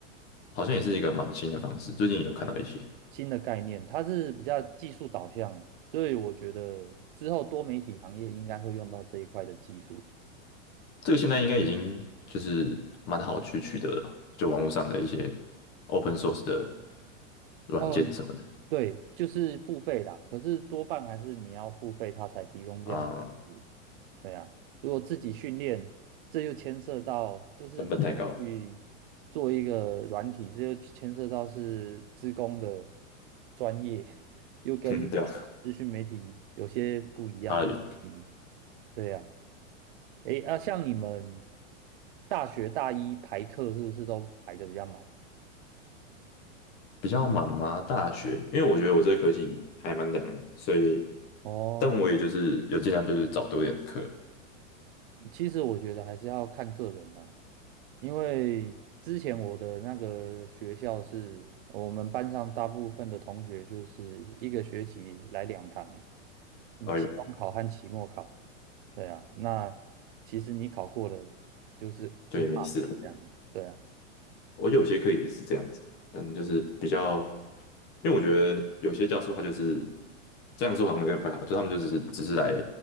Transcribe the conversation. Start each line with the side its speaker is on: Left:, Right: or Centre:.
Left: 好像也是一个蛮新的方式，最近也有看到一些，
Right: 新的概念，它是比较技术导向的，所以我觉得之后多媒体行业应该会用到这一块的技术。
Left: 这个现在应该已经就是蛮好去取得了，就网络上的一些 open source 的软件什么的，
Right: 哦，对，就是付费啦，可是多半还是你要付费，它才提供这样的服务。
Left: 啊、
Right: 对啊，如果自己训练，这又牵涉到就是自己去
Left: 成本太高了，
Right: 做一个软体，这又牵涉到是资工的专业，
Left: <laughs>
Right: 又跟
Left: 嗯，对啊，
Right: 资讯媒体有些不一样的。
Left: 差得远
Right: 嗯，对呀。诶，那像你们大学大一排课是不是都排的比较满？
Left: 比较满吗？大学，因为我觉得我这科系还蛮凉的，所以，
Right: 哦，
Left: 但我也就是有尽量就是找多一点课。
Right: 其实我觉得还是要看个人呐、因为之前我的那个学校是我们班上大部分的同学就是一个学期来两堂，嗯，
Left: 哎呦，
Right: 期中考和期末考。对啊，那其实你考过了，就是就
Left: 就也没事了。
Right: pass 这样。对啊。
Left: 我有些课也是这样子啊，但就是比较，因为我觉得有些教授他就是这样说好像有点不太好，就他们就只是只是来